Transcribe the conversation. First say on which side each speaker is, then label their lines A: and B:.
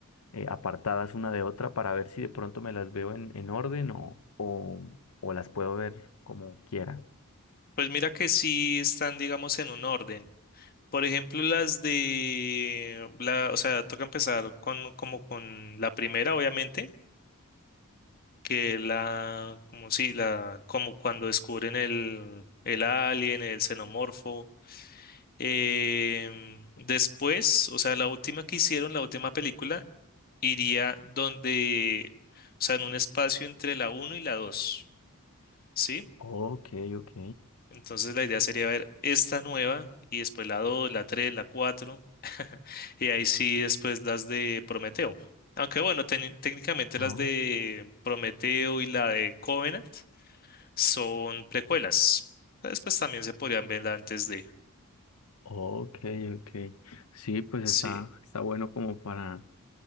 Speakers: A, on the left; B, on the left.
A: eh, apartadas una de otra para ver si de pronto me las veo en, en orden o, o, o las puedo ver como quiera.
B: Pues mira que sí están, digamos, en un orden. Por ejemplo, las de la, o sea, toca empezar con como con la primera, obviamente, que la, como sí, la, como cuando descubren el, el alien, el xenomorfo. Em, después, o sea, la última que hicieron, la última película, iría donde, o sea, en un espacio entre la uno y la dos ¿sí?
A: Ok, ok.
B: Entonces la idea sería ver esta nueva y después la 2, la 3, la 4 <laughs> y ahí sí después las de Prometeo. Aunque bueno, tec- técnicamente
A: Oh,
B: las de Prometeo y la de Covenant son precuelas. Después también se podrían ver antes de...
A: ok, ok. Sí, pues
B: Sí.
A: está, está bueno como para